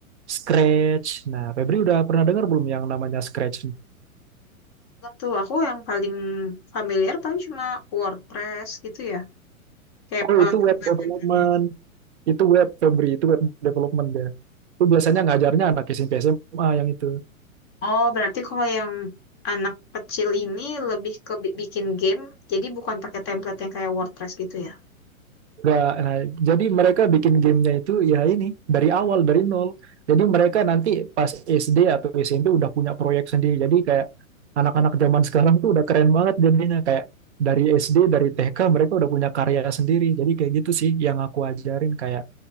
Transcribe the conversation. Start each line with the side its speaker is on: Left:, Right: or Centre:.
Right: Scratch. Nah, Febri udah pernah dengar belum yang namanya Scratch?
Left: Belum tuh, aku yang paling familiar paling cuma WordPress gitu ya. Kayak
Right: Oh,
Left: eh,
Right: itu web
Left: template-template.
Right: development. Itu web, Febri. Itu web development ya. Itu biasanya ngajarnya anak SMP SMA yang itu.
Left: Oh, berarti kalau yang anak kecil ini lebih ke bi- bikin game, jadi bukan pakai template yang kayak WordPress gitu ya.
Right: Nggak, nah, jadi mereka bikin gamenya itu ya ini dari awal dari nol. Jadi mereka nanti pas SD atau SMP udah punya proyek sendiri. Jadi kayak anak-anak zaman sekarang tuh udah keren banget jadinya kayak dari SD dari TK mereka udah punya karya sendiri. Jadi kayak gitu sih yang aku ajarin kayak